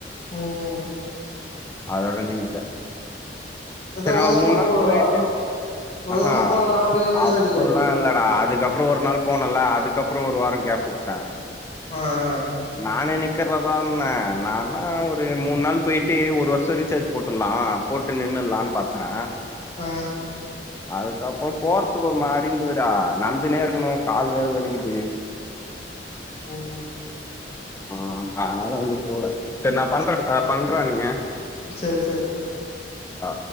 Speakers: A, on the left; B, on the left.
A: ம்
B: அதோட நின்டே
A: அதா
B: செரி நா ஒரு
A: வாரமா
B: மூணு நாள்
A: போலல
B: போயிட்டு
A: ஒரு
B: ஆ
A: வாரமா
B: ஹ
A: போலல இதாயிட்டு
B: அப்பில்லா
A: இருக்கு ஐடியா
B: இல்ல நா அதுக்கப்பறோ ஒரு நாள் போனேல அதுக்கப்பறோ ஒரு வார கேப் உட்டே
A: உ ஆ
B: நானே நிக்கறதாதா இருந்தே நானு ஒரு மூணு நாள் போயிட்டு ஒரு வருஷோ ரீசார்ஜ் போட்டுர்லா போட்டு நின்னுல்லா பாத்தே
A: ஆ
B: அதுக்கப்பறோ போறதுக்கு ஒரு மாரி இருந்ததுடா நடந்துகினே இருக்கணு கால் வேற வலிக்குது
A: ம்
B: ஆ அதனால வந்து போல செரி நா பண்றே ஆ பண்றா நீங்க
A: சேரி சேரி
B: ஆ